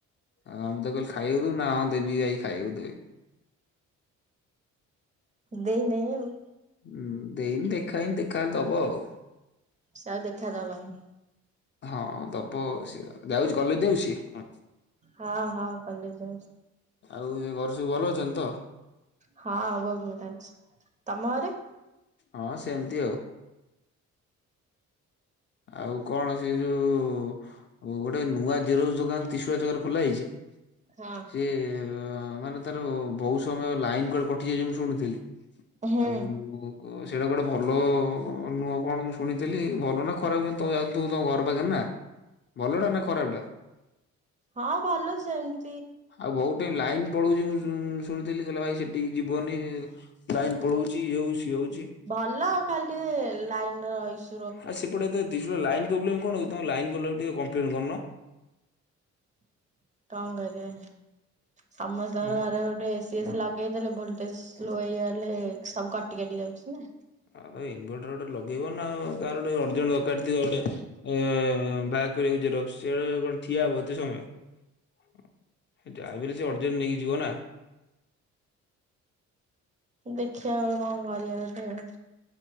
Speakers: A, on the left; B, on the right.
A: ହଁ ମୁଁ ତାକୁ କହିଲି ଖାଇବାକୁ ଦବୁ ନାଁ ଦେବି ଆଇ ଖାଇବାକୁ ଦେବୁ ଦେ,
B: ଦେଇନାଇ ଆଉ,
A: ହୁଁ ଦେଇନି ଦେଖା ହେଇନି ଦେଖା ହେଲେ ଦବ ଆଉ,
B: ସେ ଆଉ ଦେଖାଦବନି,
A: ହଁ ଦବ ସେ ଯାଉଛି କଲେଜ୍ ଯାଉଛି ସେଏ ଅଁ?
B: ହଁ-ହଁ କଲେଜ ଯାଉଛି।
A: ଆଉ ଏ ଘରେ ସବୁ ଭଲ ଅଛନ୍ତି ତ?
B: ହଁ ବହୁତ୍ ବଢ଼ିଆ ଅଛି ତମ ଘରେ?
A: ହଁ ସେମିତି ଆଉ, ଆଉ କଣ ସେ ଯୋଉ, ହଉ ଗୋଟେ ନୂଆ ଜେରୋକ୍ସ୍ ଦୋକାନ୍ ତ୍ରିଶ୍ୟାରି ଜାଗାରେ ଖୋଲା ହେଇଛି?
B: ହଁ।
A: ସିଏ ଆ ମାନେ ତାର ବହୁ ସମୟ ଲାଇନ୍ କୁଆଡ଼େ କଟିଯାଇଛି ମୁଁ ଶୁଣୁଥିଲି,
B: ହୁଁ
A: ଆଉ ମୁଁ ସେଇଟା ଗୋଟେ ଭଲ ନୁହଁ କଣ ମୁଁ ଶୁଣିଥିଲି ଭଲ ନା ଖରାପ କଣ ତୁ ଜାଣିଥିବୁ ତମ ଘର ପାଖରେ ନା ଭଲ ଟା ନା ଖରାପ ଟା।
B: ହଁ, ଭଲ ସେମ
A: ଆଉ ବହୁତ ଟାଇମ୍ ଲାଇନ୍। ପଳଉଛି ମୁଁ ଶୁ ଶୁଣିଥିଲି, କହିଲେ ଭାଇ ସେଠିକି ଯିବନି ଲାଇନ୍ ପଳଉଛି ଇଏ ହଉଚି ସିଏ ହଉଛି।
B: ଭଲ ଖାଲି ଟିକେ ଲାଇନ ର ଇସ୍
A: ଆଉ ସେପଟେ ଏତେ ଦି ଯୁଆ ଲାଇନ୍ ପ୍ରୋବଲେମ୍ କଣ ହଉଛି ତୁମେ ଲାଇନ ବାଲା କୁ ଟିକେ କମ୍ପ୍ଲେନ୍ କରୁନ।
B: କଁ କରିବେ ସମସ୍ତଙ୍କର
A: ହୁଁ।
B: ଘରେ ଗୋଟେ ଏସ୍ ସିଏ ଲଗେଇ ଦେଲେ ଭୋଲଟେଜ ସ୍ଲୋ ହେଇଗଲେ ସବୁ କଟି କାଟି ଯାଉଛି ନା।
A: ଆଉ ତମେ ଇନଭର୍ଟର ଗୋଟେ ଲଗେଇ ବନା ଆଉ କାର ଗୋଟେ ଅରଜେଣ୍ଟ ଦକାର ଥିବ ଗୋଟେ। ଏ ବାହାର କରିବାକୁ ଜେରକ୍ସ ସିଏ କଣ ଠିଆ ହବ ଏତେ ସମୟ? ହୁଁ ସେ ଯା ବି ହେଲେ ସେ ଅର୍ଜେଣ୍ଟ ନେଇକି ଯିବ ନା।
B: ଦେଖିବା ଆଉ କଁ କରିବା ଗୋଟେ ଆଉ।